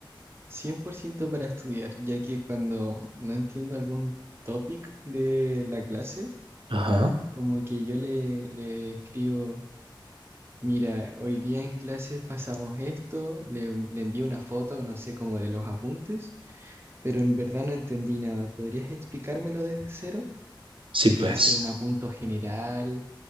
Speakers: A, on the right (about 30°); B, on the right (about 85°).
A: 100% para estudiar, ya que cuando no entiendo algún topic de la clase,
B: Ajá.
A: como que yo le, le escribo, mira, hoy día en clases pasamos esto, le, le envío una foto, no sé, como de los apuntes, pero en verdad no entendí nada, ¿podrías explicármelo desde cero?
B: Sí,
A: Y
B: pues.
A: te hace un apunto general,